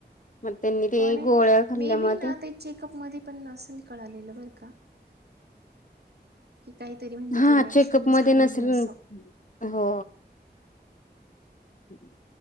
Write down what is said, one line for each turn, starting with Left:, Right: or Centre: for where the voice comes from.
Left: मग त्यांनी ते
Right: पण
Left: गोळ्या खाल्ल्यामुळे
Right: मे बी ना ते चेकअपमध्ये पण नसेल कळालेलं बर का. काहीतरी म्हणजे
Left: हा,
Right: ती रिॲक्शन
Left: चेकअपमध्ये
Right: झालेली
Left: नसेल,
Right: असं.
Left: हो <unintelligible> <inaudible>